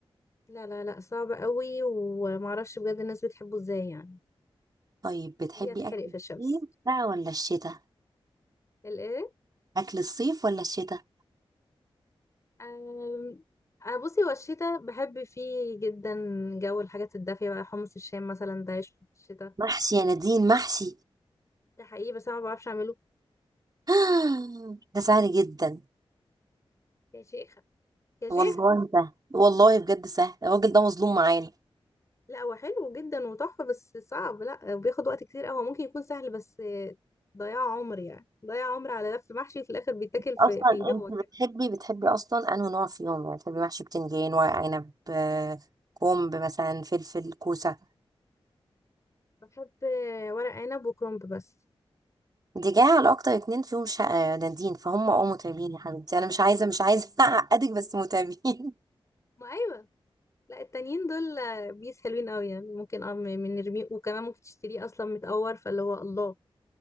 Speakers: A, on the left (about 30°); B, on the right (about 40°).
A: لا لا لا صعب قوي ومعرفش بجد الناس بتحبه ازاي يعني
B: طيب بتحبي
A: ليه هتحرق
B: اكل
A: في الشمس
B: الصيف بقى ولا الشتاء
A: الايه
B: اكل الصيف ولا الشتاء
A: أم... أه بصي هو الشتا بحب فيه جدا جو الحاجات الدافيه بقى حمص الشام مثلا ده عيش في الشتا
B: محشي يا نادين محشي
A: ده حقيقي بس انا ما بعرفش اعمله
B: <gasps> ده سهل جدا
A: يا شيخه يا شيخه
B: والله سهل والله بجد سهل الراجل ده مظلوم معانا
A: لا هو حلو جدا وتحفة بس صعب لا بياخد وقت كتير قوي هو ممكن يكون سهل بس ضياع عمر يعني ضياع عمر على لف محشي في الآخر بيتاكل في
B: اصلا
A: في الهوا
B: انت بتحبي
A: كده
B: بتحبي اصلا انه نوع فيهم يعني بتحبي محشي بتنجان ورق عنب آه، كرنب مثلا فلفل كوسه
A: بحب ورق عنب وكرنب بس
B: دي جايه على اكتر اتنين فيهم شقة نادين فهم اه متعبين يا حبيبتي انا مش عايزه مش عايزه <laughs> اعقدك بس متعبين
A: ما أيوة لا التانيين دول بيس حلوين قوي يعني ممكن اه من من نرميه وكمان ممكن تشتريه أصلا متقور فاللي هو الله